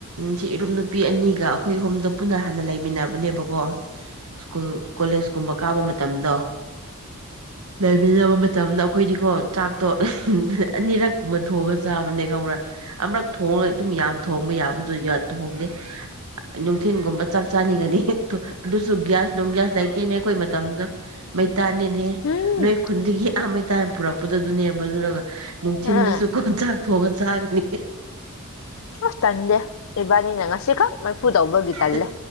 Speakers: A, on the right; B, on the left.
A: ꯁꯤ ꯏꯔꯨꯞ ꯅꯨꯄꯤ ꯑꯅꯤꯒ ꯑꯩꯈꯣꯏ ꯍꯣꯝꯗ ꯄꯨꯟꯅ ꯍꯥꯟꯅ ꯂꯩꯃꯤꯟꯅꯕꯅꯦꯕꯀꯣ ꯁ꯭ꯀꯨꯜ ꯀꯣꯂꯦꯖ ꯀꯨꯝꯕ ꯀꯥꯕ ꯃꯇꯝꯗꯣ ꯂꯩꯃꯤꯟꯅꯕ ꯃꯇꯝꯗ ꯑꯩꯈꯣꯏꯗꯤꯀꯣ ꯆꯥꯛꯇꯣ ꯑꯅꯤꯔꯛ ꯀꯨꯝꯕ ꯊꯣꯡꯑꯒ ꯆꯥꯕꯅꯦ ꯀꯧꯔ ꯑꯃꯨꯔꯛ ꯊꯣꯡꯉꯒ ꯑꯗꯨꯝ ꯌꯥꯝ ꯊꯣꯡꯕ ꯌꯥꯕꯗꯣ ꯊꯣꯡꯗꯦ ꯅꯨꯡꯊꯤꯟꯜꯒꯨꯝꯕ ꯆꯥꯛ ꯆꯥꯅꯤꯡꯉꯅꯤ ꯑꯗꯨꯁꯨ ꯒ꯭ꯌꯥꯁ ꯅꯨꯡ ꯒ꯭ꯌꯥꯁ ꯂꯩꯇꯦꯅꯦ ꯑꯩꯈꯣꯏ ꯃꯇꯝꯗꯣ ꯃꯩꯇꯥꯥꯟꯅꯤꯅꯦ
B: ꯎꯝ
A: ꯅꯣꯏ ꯈꯨꯟꯗꯒꯤ ꯑ ꯃꯩꯇꯥꯅ ꯄꯨꯔꯛꯄꯗ ꯑꯗꯨꯅꯦꯕ ꯑꯗꯨꯔꯒ ꯅꯨꯡꯊꯤꯟꯗꯁꯨ
B: ꯎꯝ
A: ꯀꯣꯟ ꯆꯥꯛ ꯊꯣꯡꯉ ꯆꯥꯒꯅꯤ
B: ꯑꯁ ꯇꯟꯗꯦ ꯏꯕꯥꯅꯤꯅ ꯉꯁꯤꯈꯛ ꯃꯩꯐꯨ ꯇꯧꯕꯒꯤ ꯇꯜꯂꯦ
A: ꯑ